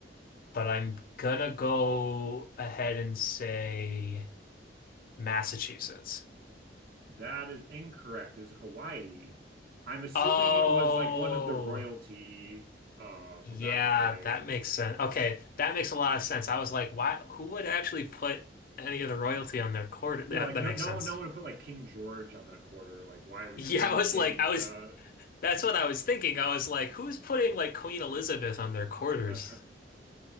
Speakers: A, on the left (about 55°); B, on the right (about 55°).
A: but I'm gonna go ahead and say Massachusetts.
B: That is incorrect. Is Hawaii. I'm assuming
A: Oh,
B: it was like one of the royalty uh from
A: yeah,
B: back in the day.
A: that makes sense. Okay, that makes a lot of sense. I was like, why, who would actually put any of the royalty on their court?
B: Yeah,
A: That
B: like
A: that
B: no
A: makes
B: no
A: sense.
B: one no one would
A: <laughs>
B: put like King George on that quarter. Like why would
A: Yeah,
B: any
A: I was
B: state
A: like,
B: do
A: I was,
B: that?
A: that's what I was thinking. I was like, who's putting like Queen Elizabeth on their quarters?
B: <laughs>